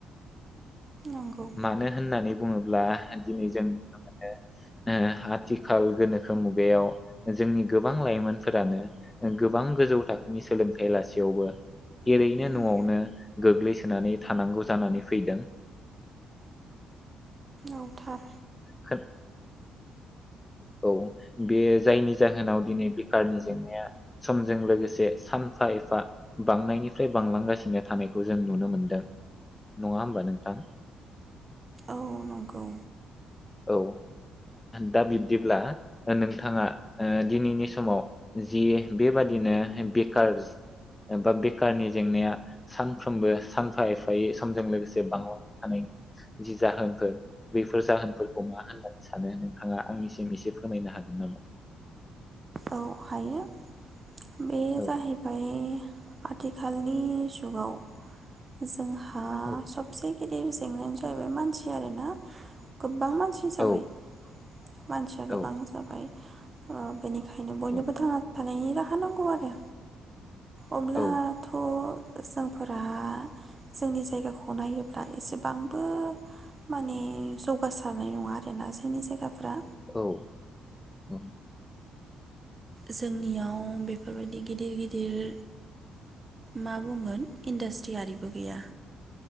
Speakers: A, on the right; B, on the left.
A: नंगौ
B: मानो होन्नानै बुङो ब्ला‌ दिनै जों नुनो मोनो ओ आथिखाल गोनोखो मुगायाव जोंनि गोबां लाइमोनफोरानो गोबां गोजौ थाखोनि सोलोंथाय लासेयावबो एरैनो नआवनो
A: उम
B: गोग्लै सो नानै थानांगौ जानानै फैदों।
A: औ थार।
B: खोन- औ बे जायनि जाहोनाव दिनै बेखारनि जेंनाया समजों लोगोसे सानफा एफा बांनायनिफ्राय बांलांगासिनो थानायखौ जों नुनो मोन्दों। नङा होमबा नोंथां?
A: औ नंगौ।
B: औ ओ दा बिब्दिब्ला नोंथाङा ओ दिनैनि समाव जि बेबादिनो बेखारस बा बेखारनि जेंनाया सानफ्रोमबो सानफा एफायै समजों लोगोसे बांलांबाय थानाय जि जाहोनफोर बैफोर जाहोनफोर खौ मा होन्नानै सानो नोंथाङा आंनिसिम एसे फोरमायनो हागोन नामा?
A: औ हायो। बे
B: औ
A: जाहैबाय आथिखालनि जुगाव जोंहा
B: औ
A: सबसे गिदिर जेंनायानो जाहैबाय मानसि आरोना गोबां मानसि
B: औ
A: जाबाय मानसिया
B: औ
A: गोबां जाबाय ओ बयनोबो
B: औ
A: थांना थानायनि राहा थानांगौ आरो अब्ला
B: औ
A: थ जोंफोरा जोंनि जायगाखौ नायोब्ला एसेबांबो माने जौगासारनाय नङा आरोना जोंनि जायगाफ्रा।
B: औ औ।
A: जोंनियाव बेफोरबायदि गिदिर गिदिर मा बुंगोन इन्डास्ट्रि आरिबो गैया